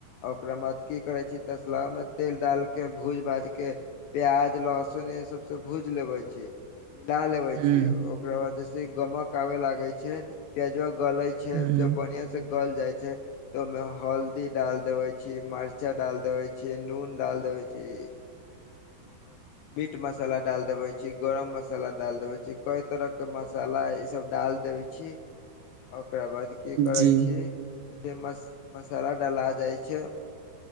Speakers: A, on the left; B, on the right.
A: आ ओकरा बाद की करै छी, तसलामे तेल डालि कऽ भूजि भाजि कऽ। प्याज लहसुन य सबसँ भूज लेबे छी। मिला लेवे
B: ह
A: छी ओकरा बाद जैसे गमक आवे लागे छै प्याजो गले छै
B: ह
A: तऽ बढ़िया से गल जाइ छै। तऽ ओहिमे हल्दी डाल देबैत छी, मरचा डाल देबैत छी, नून डाल देबैत छी। <unintelligible> मीट मसाला डाल देवे छी, गरम मसाला डाल देवे छी, कय तरह के मसाला इ सब डाल देवे छी ओकरा बाद की करै
B: जी
A: छी? जैसे मस मसाला डला जाइ छै।